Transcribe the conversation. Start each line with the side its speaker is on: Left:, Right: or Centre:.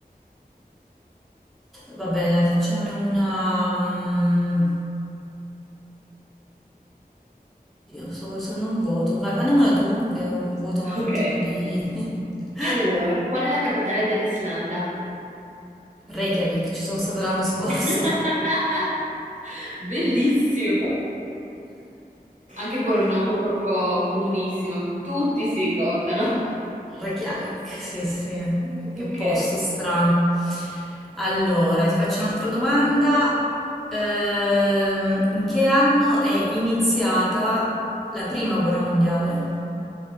Centre: Vabbè, dai, facciamone una... mm, Io so, sono un vuoto. Vai, fammela tu, che ho un vuoto un attimo
Right: Ok.
Centre: di... <laughs>
Right: Allora, qual è la capitale dell'Islanda?
Centre: Reykjavik, ci sono stata l'anno scorso.
Right: <laughs> Bellissimo. Anche quel nome proprio comunissimo, tutti si ricordano.
Centre: Reykjavik, sì, sì, che
Right: Ok.
Centre: posto strano. Allora, ti faccio un'altra domanda. Ehm, in che anno è iniziata la prima guerra mondiale?